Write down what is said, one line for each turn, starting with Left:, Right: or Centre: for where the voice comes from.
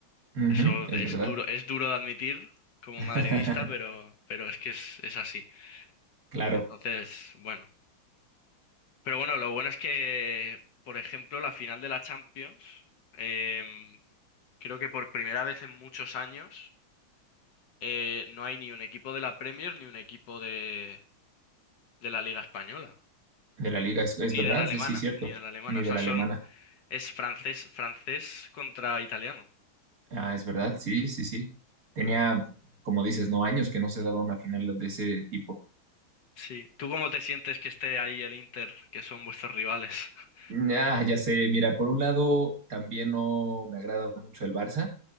Right: Ujú,
Left: Eso
Right: es
Left: es
Right: verdad.
Left: duro, es duro de admitir como
Right: <laughs>
Left: madridista, pero, pero es que es, es así.
Right: Claro,
Left: Entonces, bueno. Pero bueno, lo bueno es que, por ejemplo, la final de la Champions, em, creo que por primera vez en muchos años. eh, no hay ni un equipo de la Premier, ni un equipo de, de la Liga Española,
Right: de la liga, es, es
Left: ni
Right: verdad,
Left: de la alemana,
Right: sí, sí, cierto,
Left: ni de la alemana.
Right: ni
Left: O sea,
Right: de la
Left: son,
Right: alemana.
Left: es francés, francés contra italiano.
Right: Ah, es verdad, sí, sí, sí. Tenía, como dices, no años que no se daba una final de ese tipo.
Left: Sí. ¿Tú cómo te sientes que esté ahí el Inter, que son vuestros rivales? <laughs>
Right: Ah, ya sé, mira, por un lado también no me agrada mucho el Barça,